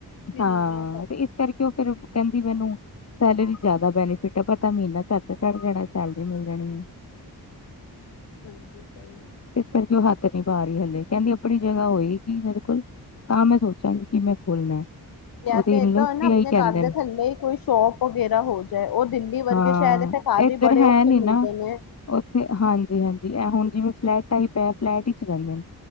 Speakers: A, on the left; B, on the left.
A: ਫਿਰ
B: ਹਾਂ।
A: ਇੰਨਾ
B: ਤੇ ਇਸ ਕਰਕੇ ਉਹ ਫੇਰ ਕਹਿੰਦੀ ਮੈਨੂੰ ਸੈਲਰੀ ਜ਼ਿਆਦਾ ਬੈਨੀਫਿਟ ਆ। ਪਤਾ ਮਹੀਨਾ ਝੱਟ ਚੜ ਜਾਣਾ, ਸੈਲਰੀ ਮਿਲ ਜਾਣੀ ਏ।
A: ਹਾਂਜੀ ਸਹੀ ਹੈ।
B: ਇਸ ਕਰਕੇ ਉਹ ਹੱਥ ਨਹੀਂ ਪਾ ਰਹੀ ਹਲੇੇ, ਕਹਿੰਦੀ ਆਪਣੀ ਜਗ੍ਹਾ ਹੋਏਗੀ ਮੇਰੇ ਕੋਲ ਤਾਂ ਮੈਂ ਸੋਚਾਂਗੀ ਕਿ ਮੈਂ ਖੋਲਣਾ।
A: ਯਾਂ
B: ਉਹਦੇ
A: ਤੇ
B: ਇਨਲਸ
A: ਏਦਾਂ ਨਾ
B: ਵੀ
A: ਆਪਣੇ
B: ਆਹੀ ਕਹਿੰਦੇ
A: ਘਰ ਦੇ
B: ਨੇ
A: ਥੱਲੇ ਹੀ ਕੋਈ ਸ਼ੋਪ ਵਗੈਰਾ ਹੋ ਜਾਏ। ਉਹ ਦਿੱਲੀ ਵਰਗੇ
B: ਹਾਂ
A: ਸ਼ਹਿਰ ਆ
B: ਇੱਧਰ
A: ਵੀ ਬੜੇ
B: ਹੈ
A: ਔਖੇ
B: ਨੀ
A: ਮਿਲਦੇ
B: ਨਾ
A: ਨੇ।
B: ਉੱਥੇ ਹਾਂਜੀ-ਹਾਂਜੀ ਐ ਹੁਣ ਜਿਵੇਂ ਫਲੈਟ ਟਾਈਪ ਹੈ ਫਲੈਟ ਚ ਰਹਿੰਦੇ ਨੇ।